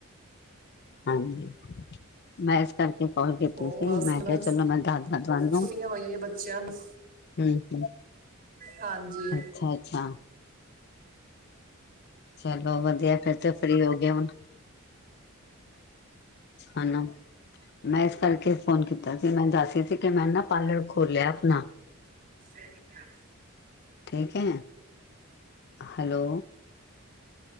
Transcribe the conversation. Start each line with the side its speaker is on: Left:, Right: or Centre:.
Left: ਹਾਂਜੀ ਮੈਂ ਇਸ ਕਰ ਕੀ ਕਾਲ ਕੀਤੀ
Right: ਹੋਰ
Left: ਸੀ
Right: ਬਸ
Left: ਮੈਂ
Right: ਹੁਣ
Left: ਕਿਹਾ ਚਲੋ ਮੈਂ ਦੱਸਦਾ ਤੁਹਾਨੂੰ।
Right: ਛੁੱਟੀਆਂ ਹੋਈਆਂ ਬੱਚਿਆਂ ਨੂੰ
Left: ਹੂੰ-ਹੂੰ।
Right: ਹਾਂਜੀ।
Left: ਅੱਛਾ! ਚਲੋ ਵਧੀਆ ਫਿਰ 'ਤੇ ਫਰੀ ਹੋਗੇ ਹੁਣ। ਹੁਣ, ਮੈਂ ਇਸ ਕਰਕੇ ਫੋਨ ਕੀਤਾ ਸੀ ਮੈਂ ਦੱਸ ਰੀ ਸੀ ਕਿ ਮੈਂ ਨਾ ਪਾਰਲਰ ਖੋਲਿਆ ਆਪਣਾ।
Right: <inaudible>
Left: ਠੀਕ ਐ, ਹੈਲੋ